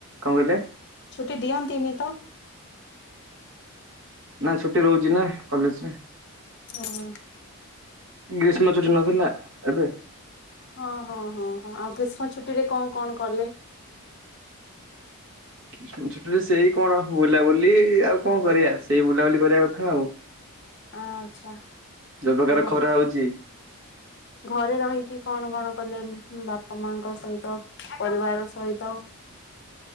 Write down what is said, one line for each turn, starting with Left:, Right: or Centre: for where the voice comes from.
Right: କହିଲେ?
Left: ଛୁଟି ଦିଅନ୍ତିନି ତ?
Right: ନା ଛୁଟି ରହୁଛି ନା। କଲେଜରେ
Left: ଓ ହୋ।
Right: ଗ୍ରୀଷ୍ମ ଚଛୁଟି ନଥିଲା ଏବେ।
Left: ହଁ ହଁ ହଁ ହଁ ଆଉ ଗ୍ରୀଷ୍ମ ଛୁଟିରେ କଣ କଣ କଲେ?
Right: ଛୋଟରେ ସେଇ କଣ ବୁଲାବୁଲି ଆଉ କଣ କରିବା ସେଇ ବୁଲାବୁଲି କରିବା କଥା ଆଉ।
Left: ଆଚ୍ଛା।
Right: ଯୋଉ ପ୍ରକାର
Left: ଆ
Right: ଖରା ହଉଛି
Left: ଘରେ ରହିଛିି କଣ କଣ? କଲେ ବାପା ମାଙ୍କ ସହିତ ପରିବାର ସହିତ।